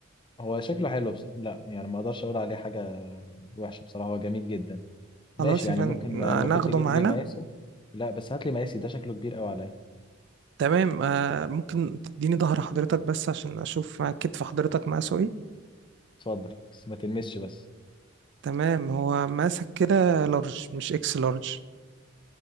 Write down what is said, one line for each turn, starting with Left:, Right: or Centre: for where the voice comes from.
Left: شكله حلو بس لا يعني ما اقدرش اقول عليه حاجة وحشة بصراحة هو جميل جدا ماشي
Right: خلاص
Left: يعني
Right: يا فندم
Left: ممكن
Right: نا-
Left: ممكن
Right: ناخده
Left: تجيب
Right: معانا
Left: لي مقاسه لا بس هات لي مقاسي ده شكله كبير قوي عليا
Right: تمام آه ممكن تديني ظهر حضرتك بس عشان أشوف كتف حضرتك مقاسه إيه
Left: اتفضل بس ما تلمسش بس
Right: تمام هو ماسك كده لارج مش إكس لارج